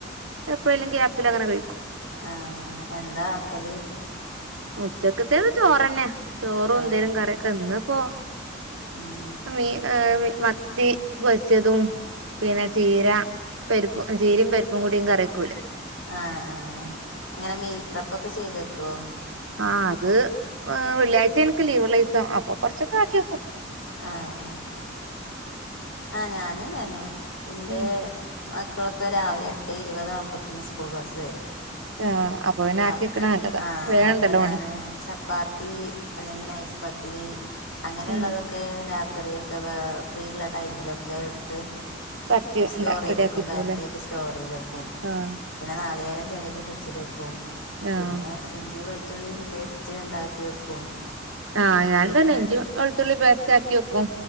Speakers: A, on the right (about 80°); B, on the left (about 85°).
A: എപ്പഴ ല്ല ഗാപ്പിൽ അങ്ങനെ കഴിക്കും
B: ആഹ് എന്താ ആക്കല്
A: ഉച്ചക്കത്തേക്ക് ചോറന്നെ ചോറും
B: ആ
A: എന്തേലും കറിക്കെ ഇന്ന്പ്പോ
B: ഉം.
A: മീ മത്തി പൊരിച്ചതും പിന്നെ ചീര പരിപ്പും ചീരയും പരിപ്പും കൂടിയും കറിക്കും
B: <unintelligible> ആഹ് ആഹ അങ്ങനെ മീൽപ്രപ്പൊ <unintelligible> ക്കെ ചെയ്തെക്കുവോ
A: ആ് അത് വെള്ളിയാഴ്ച എനക്ക് ലീവള്ള ദസം അപ്പൊ കൊറച്ചൊക്കെ ആാക്കിക്കും
B: ആഹ ആഹ ഞാനും തന്നെ ഇന്റെ
A: ഉം
B: മക്കളൊക്കെ രാവിലെ എട്ടെ ഇരുപത ആകുമ്പോത്തക്കിന്ന് സ്കൂൾ ബസ്സ് വരും
A: ആഹ് അപ്പൊ പിന്നെ ആക്കി
B: അഹ്
A: വെക്കണ നല്ലതാ
B: ആഹ്
A: വേഗണ്ടല്ലോ
B: അപ്പ ഞാന്
A: പണി
B: ചപ്പാത്തി അല്ലെങ്കി നൈസ് പത്തിരി അങ്ങനെള്ളതാെ
A: ഉം
B: ക്ക് രാത്രിയൊക്കെ വേ ഫ്രീള്ള ടൈമിലൊക്കെ ഇട്ത്ത്
A: പരത്തി
B: സ്റ്റോർ ചെയ്തേക്കും
A: റെഡിയാക്കി
B: പരത്തിയിട്ട്
A: പോവൂലേ
B: സ്റ്റോർ ചെയ്തക്കും
A: ആഹ്
B: പിന്നെ നാളികേരം ചിരകി ഫ്രിഡ്ജിൽ വെക്കും
A: ആഹ്
B: പിന്നെ ഇഞ്ചി വെളുത്തുള്ളി പേസ്റ്റ് ഉണ്ടാക്കി വെക്കും
A: ആ ഞാൻ
B: പിന്നെ
A: തന്നെ ഇഞ്ചി വെളുത്തുള്ളി പേസ്റ്റ് ആക്കി വെക്കും